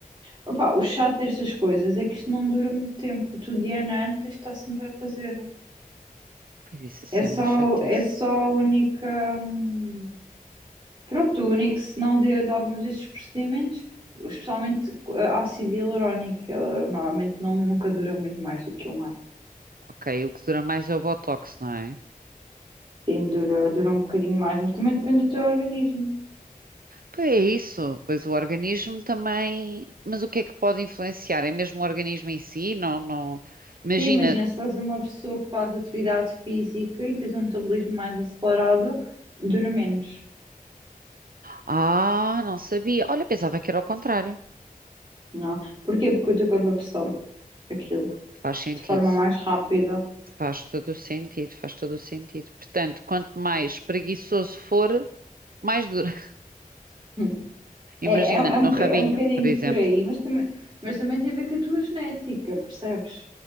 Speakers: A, on the right; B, on the right.
A: opá, o chato destas coisas é que isto não dura muito tempo. Tu, de ano a ano, tens de estar sempre a fazer.
B: Pois isso assim
A: É só,
B: é uma chatice.
A: é só a única. hum, Pronto, o único senão de, de alguns destes procedimentos, especialmente co- ácido hialurónico, ele normalmente não, nunca dura muito mais do que um ano.
B: Ok, o que dura mais é o Botox, não é?
A: Sim, dura, dura um bocadinho mais, mas também depende do teu organismo.
B: Pois é isso, pois o organismo também. Mas o que é que pode influenciar? É mesmo o organismo em si? Não, não. Imagina.
A: Sim, imagina se és uma pessoa que faz atividade física e tens um metabolismo mais acelerado, dura menos,
B: Ah, não sabia. Olha, pensava que era o contrário.
A: não? é? Porquê? Porque o teu corpo absorve aquilo
B: Faz sentido.
A: de forma mais rápida.
B: Faz todo o sentido, faz todo o sentido. Portanto, quanto mais preguiçoso for, mais dura. <laughs>
A: <laughs> É,
B: Imagina,
A: é, é, um,
B: no
A: boca-
B: rabinho,
A: é um bocadinho
B: por exemplo.
A: por aí, mas também, mas também tem a ver com a tua genética, percebes?